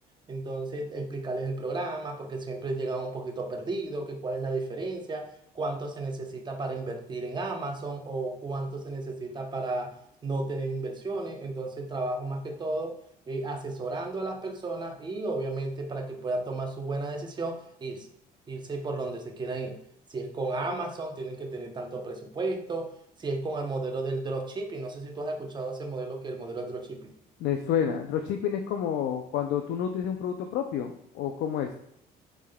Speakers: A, on the right; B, on the left.
A: entonces explicarles el programa, porque siempre llegan un poquito perdido, que cuál es la diferencia, cuánto se necesita para invertir en Amazon o cuánto se necesita para no tener inversiones. Entonces trabajo más que todo eh, asesorando a las personas y obviamente para que puedan tomar su buena decisión. y irse por donde se quieran ir. Si es con Amazon, tienen que tener tanto presupuesto. Si es con el modelo del dropshipping, no sé si tú has escuchado ese modelo que es el modelo del dropshipping.
B: Me suena. Dropshipping es como cuando tú no utilizas un producto propio, ¿o cómo es?